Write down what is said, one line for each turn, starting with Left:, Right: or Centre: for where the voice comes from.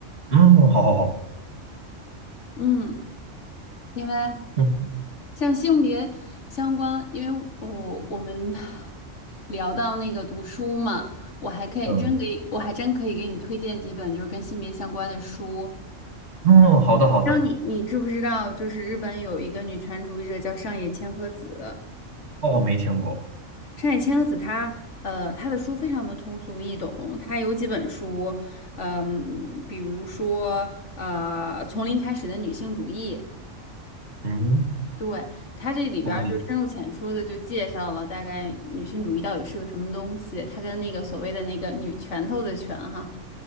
Right: 嗯，好好好，
Left: 嗯。另外，
Right: 嗯
Left: 像性别相关，因为我我们 <laughs> 聊到那个读书嘛，我还可以真给，
Right: 嗯
Left: 我还真可以给你推荐几本就是跟性别相关的书。
Right: 嗯，好的好的。
Left: 让你你知不知道，就是日本有一个女权主义者叫上野千鹤子。
Right: 哦，我没听过。
Left: 上野千鹤子她呃她的书非常的通俗易懂，她有几本书，嗯，比如说呃《从零开始的女性主义》。
Right: 嗯，
Left: 对，它这里边儿就深入浅出的就介绍了大概女性主义到底是个什么东西，
Right: 同理。
Left: 它跟那个所谓的那个女拳头的拳哈，